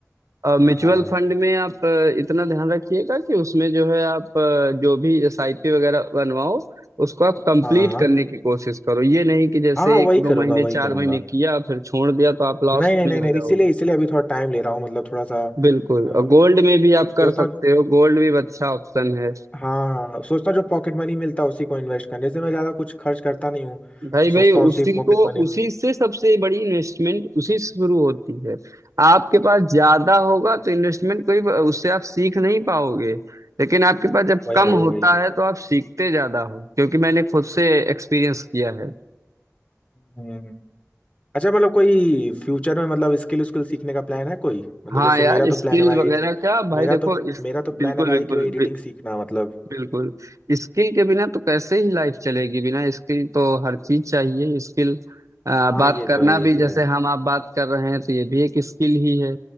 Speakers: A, on the right (about 75°); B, on the left (about 25°).
A: म्यूचुअल
B: हाँ
A: फंड में आप अ, इतना ध्यान रखिएगा कि उसमें जो है आप अ, जो भी एसआईपी वगैरह बनवाओ उसको आप कंप्लीट
B: हाँ हाँ
A: करने की कोशिश करो ये नहीं कि जैसे
B: हाँ, वही
A: एक दो
B: करूंगा
A: महीने
B: वही करूंगा
A: चार महीने किया फिर छोड़ दिया तो आप लॉस
B: नहीं नहीं
A: में
B: नहीं नहीं
A: आ जाओगे
B: इसीलिए इसीलिए अभी थोड़ा टाइम ले रहा हूँ मतलब थोड़ा सा
A: बिल्कुल
B: अ,
A: और गोल्ड में भी
B: सोचता
A: आप कर सकते
B: हूँ
A: हो गोल्ड भी एक अच्छा ऑप्शन है
B: हाँ हाँ सोचता हूँ जो पॉकेट मनी मिलता है उसी को इन्वेस्ट करने जैसे मैं ज़्यादा कुछ खर्च करता नहीं हूँ
A: भाई
B: तो सोचता
A: भाई उसी
B: हूँ उसी पॉकेट
A: को
B: मनी
A: उसी से सबसे बड़ी इन्वेस्टमेंट उसी से शुरू होती है आपके पास ज्यादा होगा तो इन्वेस्टमेंट कोई उससे आप सीख नहीं पाओगे लेकिन आपके पास जब
B: वही
A: कम
B: वही
A: होता
B: वही
A: है तो आप सीखते ज्यादा हो क्योंकि मैंने खुद से एक्सपीरियंस किया है
B: हम्म। अच्छा मतलब कोई फ्यूचर में मतलब स्किल स्किल सीखने का प्लान है कोई मतलब
A: हाँ
B: जैसे
A: यार
B: मेरा तो
A: स्किल
B: प्लान है भाई
A: वगैरह का भाई
B: मेरा
A: देखो
B: तो
A: इस,
B: मेरा तो प्लान
A: बिल्कुल
B: है भाई
A: बिल्कुल
B: कि भाई एडिटिंग सीखना मतलब
A: बिल्कुल स्किल के बिना तो कैसे ही लाइफ चलेगी बिना स्किल तो हर चीज चाहिए स्किल
B: हाँ
A: बात
B: ये
A: करना
B: तो है ये
A: भी
B: तो
A: जैसे
B: है
A: हम आप बात कर रहे हैं तो ये भी एक स्किल ही है